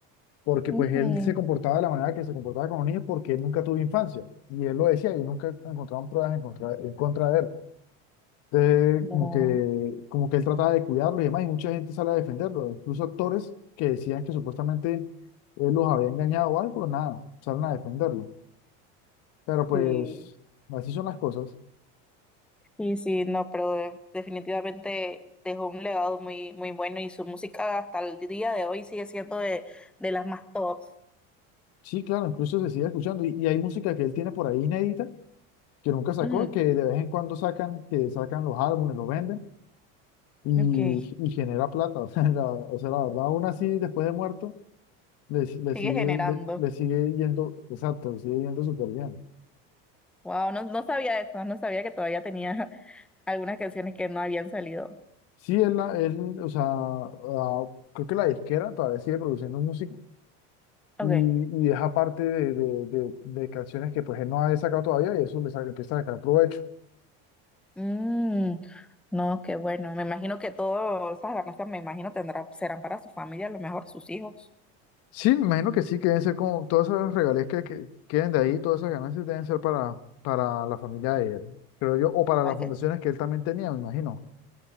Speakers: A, on the left; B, in the centre.
A: porque
B: ujú,
A: pues él se comportaba de la manera que se comportaba con los niños porque él nunca tuvo infancia. Y él lo decía y nunca encontraban pruebas en contra, en contra de él. Entonces,
B: No,
A: como que, como que él trataba de cuidarlo y demás, y mucha gente sale a defenderlo, incluso actores que decían que supuestamente él los había engañado o algo, pero nada, salen a defenderlo. Pero pues,
B: sí.
A: así son las cosas.
B: Sí, sí, no, pero de- definitivamente dejó un legado muy, muy bueno y su música hasta el día de hoy sigue siendo de, de las más tops.
A: Sí, claro, incluso se sigue escuchando, y, y hay música que él tiene por ahí inédita, que nunca sacó,
B: Ujú,
A: que de vez en cuando sacan, que sacan los álbumes, los venden, y,
B: Ok.
A: y genera plata, <laughs> o sea, la, o sea, la verdad, aún así, después de muerto, le, le
B: Sigue
A: sigue,
B: generando.
A: le, le sigue yendo, exacto, le sigue yendo súper bien.
B: Wow, no, no sabía eso, no sabía que todavía tenía <laughs> algunas canciones que no habían salido.
A: Sí, es la, es, o sea, ah, creo que la disquera todavía sigue produciendo música y,
B: okay
A: y deja parte de, de, de- de canciones que pues él no ha sacado todavía y eso le sa- empieza a sacar provecho.
B: Mm, no, qué bueno. Me imagino que todas esas ganancias, me imagino, tendrá, serán para su familia, a lo mejor sus hijos.
A: Sí, me imagino que sí, que deben ser como todas esas regalías que, que queden de ahí, todas esas ganancias deben ser para, para la familia de él, creo yo, o para
B: ¿Para
A: las fundaciones
B: qué?
A: que él también tenía, me imagino.